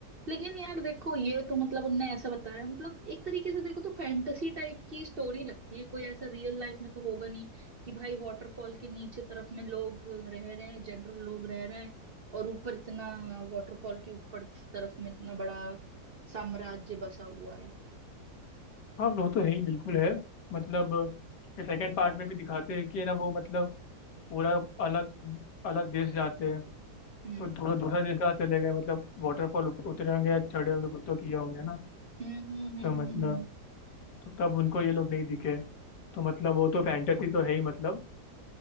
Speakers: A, on the right (about 45°); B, on the left (about 80°).
A: लेकिन यार देखो ये तो मतलब उनने ऐसा बताया मतलब एक तरीके से देखो तो फैंटेसी टाइप की स्टोरी लगती है कोई ऐसा रियल लाइफ में तो होगा नहीं कि भाई वाटरफॉल के नीचे तरफ में लोग रह रहे हैं जनरल लोग रह रहे हैं और ऊपर इतना वाटरफॉल के ऊपर तरफ में इतना बड़ा साम्राज्य बसा हुआ है
B: हाँ वो तो है ही बिल्कुल है मतलब सेकंड पार्ट में भी दिखाते हैं कि है ना वो मतलब पूरा अलग अलग देश जाते हैं
A: हम्म
B: तो थोड़ा दूसरा देश का चले गए मतलब वाटरफॉल उतरे होंगे या चढ़े होंगे कुछ तो किए होंगे ना
A: हम्म हम्म हम्म
B: तो मतलब
A: हम्म हम्म।
B: तो तब उनको ये लोग नहीं दिखे तो मतलब वो तो फैंटेसी तो है ही मतलब